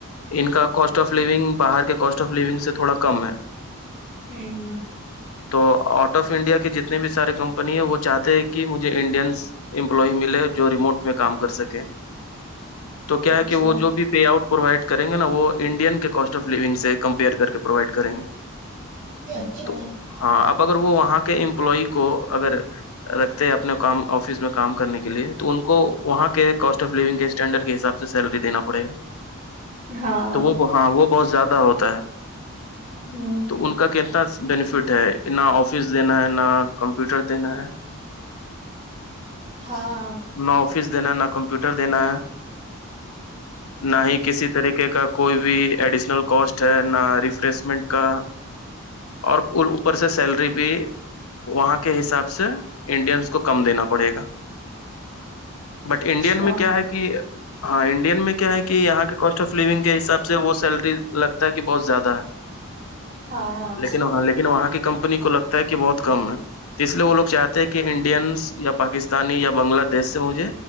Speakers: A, on the left; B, on the right.
A: ان کا کاسٹ آف لونگ باہر کے کاسٹ آف لونگ سے تھوڑا کم ہے
B: ہ <unintelligible> <inaudible>
A: تو آؤٹ آف انڈیا کے جتنے بھی سارے کمپنی ہے وہ چاہتے ہیں کہ مجھے انڈینس امپلائی ملے جو ریموٹ میں کام کر سکے تو کیا
B: اچھا
A: ہے کہ وہ جو بھی پے آؤٹ پرووائڈ کریں گے نا وہ انڈین کے کاسٹ آف لونگ سے کمپیئر کر کے پرووائڈ کریں گے
B: اچھا
A: تو ہاں اب اگر وہ وہاں کے امپلائی کو اگر رکھتے ہیں اپنے کام آفس میں کام کرنے کے لیے تو ان کو وہاں کے کاسٹ آف لونگ کے اسٹینڈرڈ کے حساب سے سے سیلری دینا پڑے گا
B: ہاں
A: تو وہ ہاں وہ بہت زیادہ ہوتا ہے
B: ہوں
A: تو ان کا کہ انا بینیفٹ ہے نہ آفس دینا ہے نہ کمپیوٹر دینا ہے
B: ہاں
A: نہ آفس دینا ہے نہ کمپیوٹر دینا ہے
B: <inaudible>
A: نہ ہی کسی طریقے کا کوئی بھی ایڈیشنل کوسٹ ہے نہ ریفریشمنٹ کا اور اوپر سے سیلری بھی وہاں کے حساب سے انڈینس کو کم دینا پڑے گا
B: <inaudible>
A: بٹ
B: اچھا
A: انڈین میں کیا ہے کہ ہاں انڈین میں کیا ہے کہ یہاں کے کاسٹ آف لونگ کے حساب سے وہ سیلری لگتا ہے بہت زیادہ ہے
B: ہاں
A: لیکن وہ حالے کے وہاں کی کمپنی کو لگتا ہے کہ بہت کم ہے تو اس لیے وہ لو چاہتے ہیں کہ انڈینس یا پاکستانی یا بنگلہ دیش سے مجھے